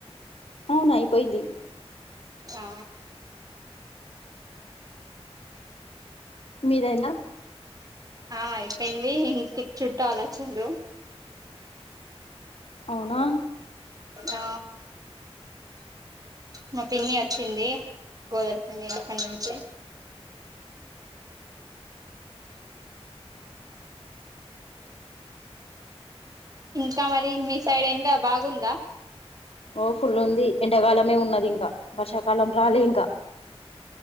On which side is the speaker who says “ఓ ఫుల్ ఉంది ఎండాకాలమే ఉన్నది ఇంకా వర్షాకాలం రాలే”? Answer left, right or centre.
Left